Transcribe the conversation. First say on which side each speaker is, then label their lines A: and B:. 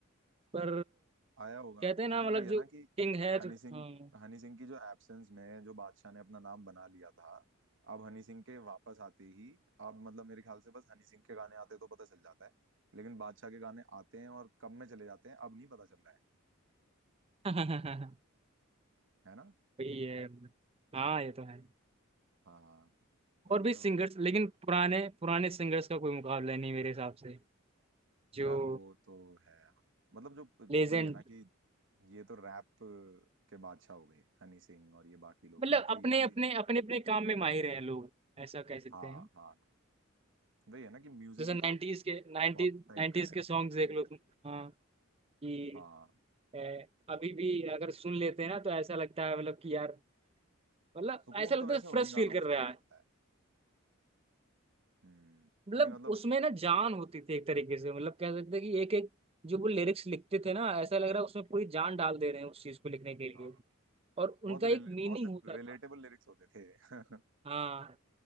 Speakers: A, on the right (about 30°); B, on the right (about 60°).
A: पर
B: आया होगा
A: कहते हैं ना
B: मतलब
A: मतलब
B: वही है
A: जो
B: ना कि
A: किंग है तो
B: हनी
A: हाँ
B: सिंह हनी सिंह की जो एब्सेंस में जो बादशाह ने अपना नाम बना लिया था अब हनी सिंह के वापस आते ही अब मतलब मेरे ख्याल से बस हनी सिंह के गाने आते तो पता चल जाता है लेकिन बादशाह के गाने आते हैं और कब में चले जाते हैं अब नहीं पता चल रहा है
A: <laughs>
B: है ना
A: वही है मतलब। हाँ ये तो है
B: हाँ वही
A: और भी
B: तो
A: सिंगर्स लेकिन पुराने पुराने सिंगर्स का कोई मुकाबला नहीं मेरे हिसाब से जो
B: यार वो तो है मतलब जो
A: लेजेंड
B: वही है ना कि ये तो रैप के बादशाह हो गए हनी सिंह और ये बाकी लोग
A: मतलब
B: बट वही
A: अपने
B: है कि
A: अपने अपने अपने काम में माहिर हैं लोग ऐसा कह सकते
B: हाँ
A: हैं
B: हाँ वही है ना कि म्यूजिक
A: जैसे
B: भी
A: 90s
B: तो
A: के 90
B: बहुत टाइप
A: 90s
B: का है
A: के सॉन्ग्स देख लो तुम हाँ कि
B: हाँ
A: ए, अभी भी अगर सुन लेते हैं ना तो ऐसा लगता है मतलब कि यार मतलब
B: सुकून
A: ऐसा लगता
B: तो वैसे
A: है
B: उन्हीं
A: फ्रेश
B: गानों
A: फील कर
B: को
A: रहा
B: सुन के
A: है
B: मिलता है हम्म
A: मतलब
B: नहीं मतलब
A: उसमें ना जान होती थी एक तरीके से मतलब कह सकते हैं कि एक एक जो वो लिरिक्स लिखते थे ना ऐसा लग रहा है उसमें पूरी जान डाल दे रहे हैं उस चीज को लिखने के
B: हाँ,
A: लिए और उनका
B: बहुत
A: एक
B: रिले,
A: मीनिंग
B: बहुत
A: होता
B: रिलेटेबल
A: था
B: लिरिक्स होते थे <laughs>
A: हाँ